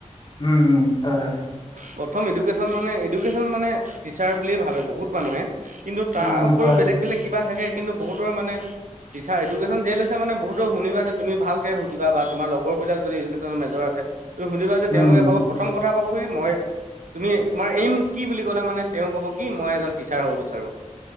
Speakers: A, on the left; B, on the right.
A: উম উম হয় হয়
B: প্ৰথম এডুকেশ্যন মানে এডুকেশ্যন মানে টিচাৰ বুলিয়ে ভাবে বহুত মানুহে কিন্তু তাৰ
A: উম
B: উপৰিও
A: হয়
B: বেলেগ
A: হয়
B: বেলেগ কিবা থাকে কিন্তু বহুতৰ মানে টিচাৰ এডুকেশ্যন যেে লৈছে মানে বহুতৰ শুনিবা যে তুমি ভালকে সুধিবা বা তোমাৰ লগৰ বিলাক যদি এডুকেছন মেজৰ আছে তুি সুধিবা যে
A: উম
B: তেওঁলে ক'ব প্ৰথম কথা কব কি মই তুমি তোমাৰ এইম কি বুলি ক'লে মানে তেওঁ ক'ব কি মই এজন ট্ৰচাৰ হ'ব বিচাৰোঁ